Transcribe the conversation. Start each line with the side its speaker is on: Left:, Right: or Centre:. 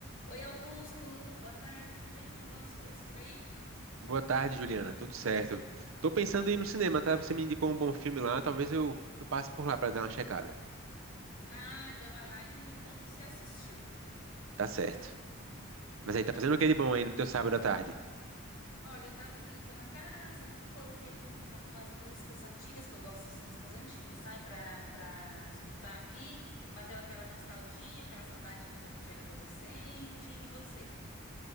Left: Oi, Augusto. Boa tarde, tudo bem? Como vão as coisas por aí?
Right: Boa tarde, Juliana. Tudo certo? Tô pensando em ir no cinema, tá? Você me indicou um bom filme lá, talvez eu, eu passe por lá pra dar uma checada.
Left: Ah, então vai lá e me conte o que você assistiu.
Right: Tá certo. Mas aí, tá fazendo o que de bom aí no teu sábado à tarde?
Left: Olha, eu tava aqui limpando a casa, coloquei aqui uma- umas músicas antigas, que eu gosto das músicas antigas, sabe? Pra, pra escutar aqui, bateu aquela nostalgia, aquela saudade de quando a gente era adolescente. E você?